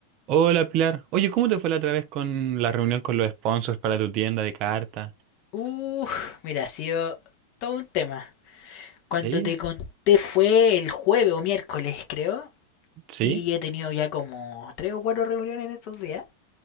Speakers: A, on the right (about 40°); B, on the left (about 40°).
A: Hola Pilar. Oye, ¿cómo te fue la otra vez con la reunión con los sponsors para tu tienda de cartas?
B: Uf, mira, ha sido todo un tema. Cuando
A: ¿Sí?
B: te conté fue el jueves o miércoles, creo.
A: ¿Sí?
B: Y he tenido ya como tres o cuatro reuniones en estos días.